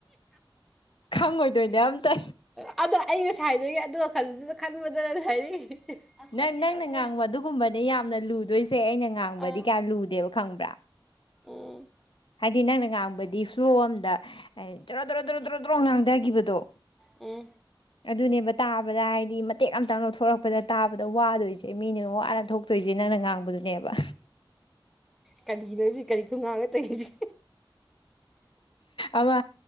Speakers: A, on the left (about 70°); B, in the centre.
A: ꯈꯪꯉꯣꯏꯗꯣꯏꯅꯦ ꯑꯝꯇ
B: ꯑꯗꯣ ꯑꯩ ꯉꯁꯥꯏꯗꯒꯤ ꯑꯗꯨ ꯋꯥꯈꯜꯗꯨꯅ ꯈꯟꯕꯗꯅ ꯍꯥꯏꯔꯤꯛꯏ ꯑꯩꯈꯣꯏꯒꯤꯗꯣ
A: ꯅꯪ ꯅꯪꯅ ꯉꯥꯡꯕ ꯑꯗꯨꯒꯨꯝꯕꯅꯦ ꯌꯥꯝꯅ ꯂꯨꯗꯣꯏꯁꯦ ꯑꯩꯅ ꯉꯥꯡꯕꯗꯤ
B: ꯑꯥ
A: ꯀꯌꯥ ꯂꯨꯗꯦꯕ ꯈꯪꯕ꯭ꯔꯥ
B: ꯎꯝ
A: ꯍꯥꯏꯗꯤ ꯅꯪꯅ ꯉꯥꯡꯕꯗꯤ ꯐ꯭ꯂꯣ ꯑꯝꯗ ꯍꯥꯏ ꯇꯔꯣ ꯇꯔꯣ ꯇꯔꯣ ꯇꯔꯣ ꯇꯔꯣ ꯉꯥꯡꯊꯈꯤꯕꯗꯣ
B: ꯎꯝ
A: ꯑꯗꯨꯅꯦꯕ ꯇꯥꯕꯗ ꯍꯥꯏꯗꯤ ꯃꯇꯦꯛ ꯑꯃꯇꯪ ꯂꯧꯊꯣꯔꯛꯄꯗ ꯇꯥꯕꯗ ꯋꯥꯗꯣꯏꯁꯦ ꯃꯤꯅ ꯋꯥꯅ ꯊꯣꯛꯇꯣꯏꯁꯦ ꯅꯪꯅ ꯉꯥꯡꯕꯗꯨꯅꯦꯕ
B: ꯀꯔꯤꯗ ꯀꯔꯤ ꯊꯨꯉꯥꯒ ꯇꯩꯈꯤꯁꯦ
A: ꯑꯃ